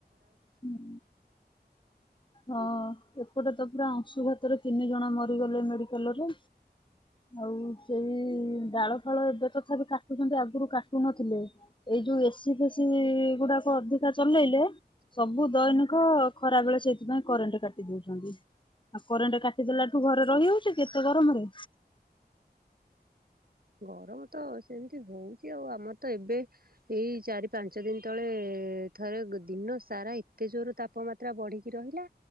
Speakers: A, on the left; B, on the right.
A: ହୁଁ, ହଁ ଏପଟେ ତ ପୁରା ଅଂଶୁଘାତରେ ତିନି ଜଣ ମରିଗଲେ ମେଡିକାଲରେ ଆଉ ସେଇ ଡାଳଫାଳ ଏବେ ତଥାପି କାଟୁଛନ୍ତି ଆଗରୁ କାଟୁ ନଥିଲେ ଏଇ ଯଉ ଏସିଫେସି ଗୁଡାକ ଅଧିକା ଚଲେଇଲେ ସବୁ ଦୈନିକ ଖରା ବେଳେ ସେଇଥିପାଇଁ କରେଣ୍ଟ କାଟି ଦଉଛନ୍ତି, ଆଉ କରେଣ୍ଟ କାଟିଦେଲାଠୁ ଘରେ ରହିହଉଛି କି ଏତେ ଗରମରେ?
B: ଗରମ ତ ସେମିତି ହଉଛି ଆଉ ଆମର ତ ଏବେ ଏଇ ଚାରି ପାଞ୍ଚ ଦିନ ତଳେ ଥରେ ଦିନ ସାରା ଏତେ ଜୋର ତାପମାତ୍ରା ବଢିକି ରହିଲା